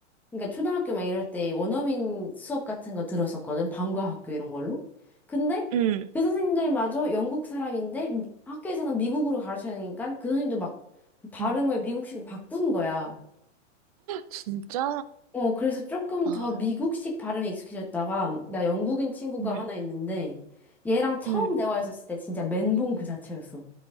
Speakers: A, in the centre; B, on the right.
A: 그러니까 초등학교 막 이럴 때 원어민 수업 같은 거 들었었거든. 방과학교 이런 걸로. 근데
B: 응,
A: 그 선생님들마저 영국 사람인데 미- 학교에서는 미국으로 가르쳐야 되니까 그 선생님도 막 그 발음을
B: 응.
A: 미국식으로 바꾼 거야.
B: 진짜?
A: 어, 그래서 조금
B: 아,
A: 더 미국식 발음에 익숙해졌다가, 나 영국인 친구가
B: 응,
A: 하나 있는데, 얘랑 처음
B: 응.
A: 대화했었을 때 진짜 멘붕 그 자체였어.